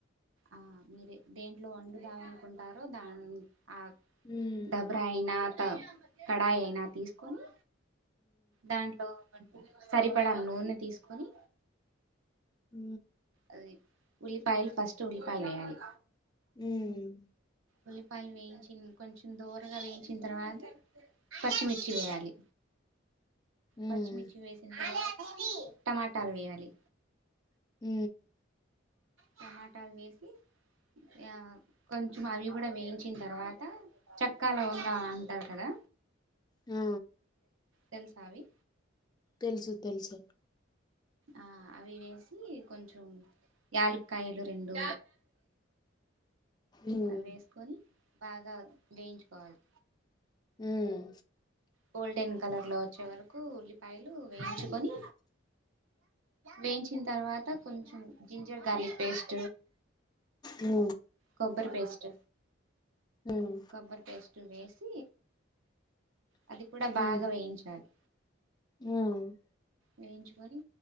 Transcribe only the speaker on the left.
ఉమ్
ఉ
ఉమ్
ఉమ్
హ
ఆ
తెలుసు తెలుసు
ఉమ్
ఉమ్
ఆ
ఉమ్
ఉమ్
ఉమ్